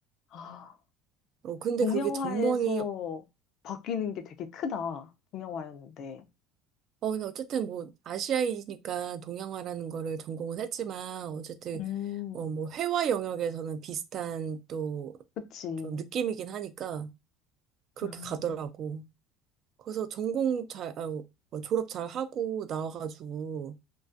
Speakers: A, on the left; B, on the right.
A: 아,
B: 어, 근데
A: 동양화에서
B: 그게 전공이,
A: 바뀌는 게 되게 크다. 동양화였는데.
B: 어, 근데 어쨌든 뭐, 아시아이니까 동양화라는 거를 전공은 했지만, 어쨌든,
A: 음,
B: 어, 뭐, 회화 영역에서는 비슷한 또
A: 그치.
B: 좀 느낌이긴 하니까, 그렇게
A: 음,
B: 가더라고. 그래서 전공 잘, 아, 뭐 졸업 잘 하고 나와가지고,